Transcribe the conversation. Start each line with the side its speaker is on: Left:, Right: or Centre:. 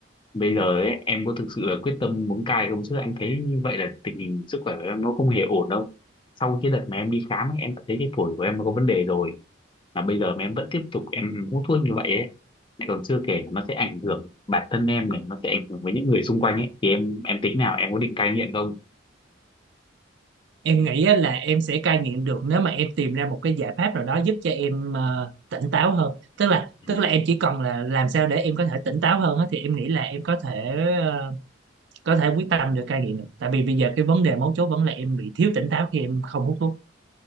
Left: bây giờ ấy, em có thực sự là quyết tâm muốn cai không chứ anh thấy như vậy là tình hình sức khỏe của em nó không hề ổn đâu sau cái đợt mà em đi khám ấy, em đã thấy cái phổi của em nó có vấn đề rồi mà bây giờ mà em vẫn tiếp tục em hút thuốc như vậy ấy lại còn chưa kể nó sẽ ảnh hưởng bản thân em này nó sẽ ảnh hưởng với những người xung quanh ấy thì em em tính nào em có định cai nghiện không
Right: Em nghĩ á, là em sẽ cai nghiện được nếu mà em tìm ra một cái giải pháp nào đó giúp cho em ờ, tỉnh táo hơn. Tức là
Left: ừ.
Right: tức là em chỉ cần là làm sao để em có thể tỉnh táo hơn á, thì em nghĩ là em có thể ờ, có thể quyết tâm được cai nghiện được. Tại vì bây giờ cái vấn đề mấu chốt vẫn là em bị thiếu tỉnh táo khi em không hút thuốc.